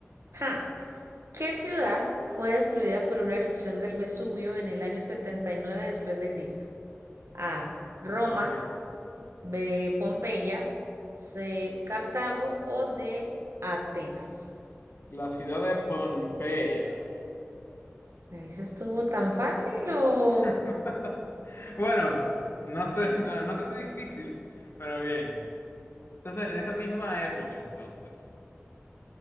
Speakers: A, on the right; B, on the left.
A: Ja, ¿qué ciudad fue destruida por una erupción del Vesubio en el año 79 después de Cristo? A. Roma,
B: ok.
A: B. Pompeya, C. Cartago o D. Atenas.
B: La ciudad de Pompeya.
A: ¿Me dices estuvo tan fácil o...?
B: <laughs> Bueno, no sé, no, no sé si difícil, pero bien. Entonces, en esa misma época, entonces,